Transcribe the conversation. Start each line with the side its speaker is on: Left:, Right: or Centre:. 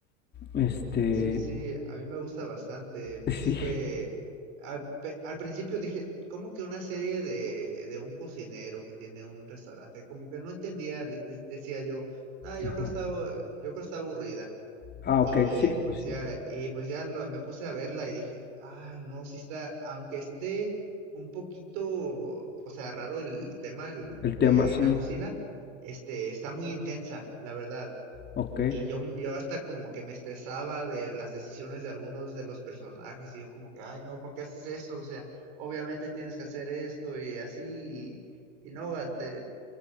Left: Este,
Right: Sí, sí, a mí me gusta bastante.
Left: <laughs>
Right: Es que
Left: sí.
Right: al, pe- al principio dije, ¿cómo que una serie de, de un cocinero que tiene un restaurante? Como que no entendía, di- di- decía yo, ah, yo
Left: Ajá.
Right: creo está, abu- yo creo está aburrida.
Left: Ah,
Right: Y
Left: ok, sí,
Right: pues
Left: pues
Right: ya,
Left: sí.
Right: y pues ya lo- me puse a verla y dije, ah, no, sí está, aunque esté un poquito, o sea, raro el tema el-
Left: El
Right: de
Left: tema, sí.
Right: la cocina, este, está muy intensa, la verdad.
Left: Ok.
Right: Y yo, yo hasta como que me estresaba de las decisiones de algunos de los personajes y yo como que, ay, no, ¿por qué haces eso? O sea, obviamente tienes que hacer esto y así y, y no, va, te,